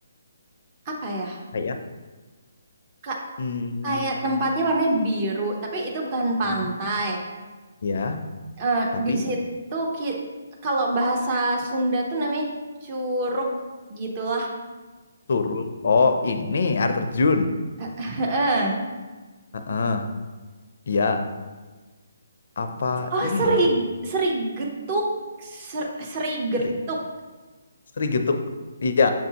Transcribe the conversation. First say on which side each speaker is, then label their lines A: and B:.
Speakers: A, on the right (about 30°); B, on the left (about 60°).
A: apa ya?
B: Kayak
A: Ka-
B: hmm,
A: Kayak tempatnya warnanya biru, tapi itu bukan pantai.
B: gitu. ya,
A: Eh,
B: tapi
A: di situ ki- kalau bahasa Sunda tuh namanya curug gitulah.
B: suruh. Oh, ini air terjun.
A: <laughs> Heeh.
B: Heeh. Iya, apa
A: Oh,
B: ini
A: seri
B: ya?
A: seri getuk, ser, seri getuk.
B: sering Sri Srigetuk. Iya,